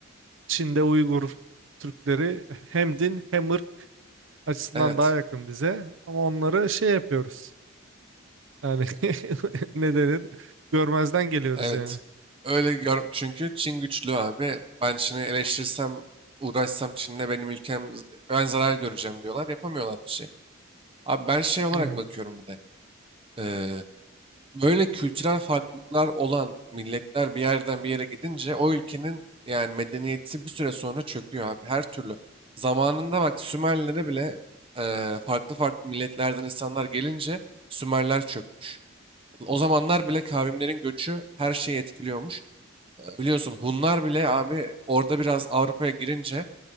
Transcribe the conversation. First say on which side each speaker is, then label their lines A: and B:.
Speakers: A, on the right; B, on the right.
A: Çin'de Uygur Türkleri hem din hem ırk açısından
B: Evet.
A: daha yakın bize ama onları şey yapıyoruz. Yani <laughs> ne denir? Görmezden geliyoruz
B: Evet.
A: yani.
B: Öyle gör çünkü Çin güçlü abi. Ben Çin'i eleştirsem, uğraşsam Çin'le benim ülkem ben zarar göreceğim diyorlar. Yapamıyorlar bir şey. Abi ben şey olarak
A: Hmm.
B: bakıyorum bir de. Ee, böyle kültürel farklılıklar olan milletler bir yerden bir yere gidince o ülkenin yani medeniyeti bir süre sonra çöküyor abi. Her türlü. Zamanında bak Sümerlere bile e, farklı farklı milletlerden insanlar gelince Sümerler çökmüş. O zamanlar bile kavimlerin göçü her şeyi etkiliyormuş. Biliyorsun Hunlar bile abi orada biraz Avrupa'ya girince